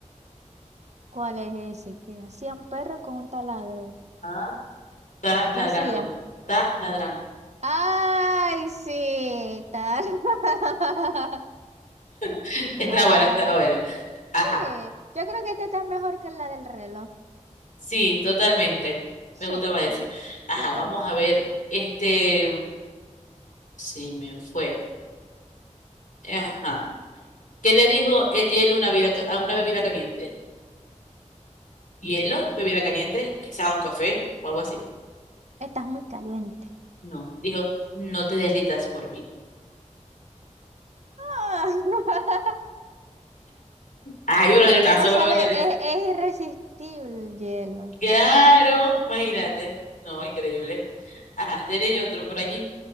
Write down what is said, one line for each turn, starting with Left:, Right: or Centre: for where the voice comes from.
Right: ¿Cuál es ese? ¿Qué hacía un perro con un taladro?
Left: Ah. Está
Right: ¿Qué
Left: ladrando,
Right: hacía?
Left: está ladrando.
Right: Ay, sí, tal. <laughs>
Left: <laughs> Está
Right: Ah,
Left: bueno, está bueno. Ajá,
Right: sí, yo creo que esta está mejor que la del reloj.
Left: sí, totalmente.
Right: Sí,
Left: Me gustaba ese. Ajá,
Right: yo también.
Left: vamos a ver. Este, sí, me fue. Ajá. ¿Qué le dijo el hielo a una vida ca- a una bebida caliente? Hielo, bebida caliente, quizás un café o algo así.
Right: Estás muy caliente.
Left: No, dijo, no te derritas por mí.
Right: Ah, <laughs>
Left: Ay, pero ya está
Right: Vos
Left: sobrado
Right: sabés,
Left: el hielo.
Right: es, es irresistible el hielo.
Left: Claro, imagínate. No, increíble. Ajá, dele yo otro por allí.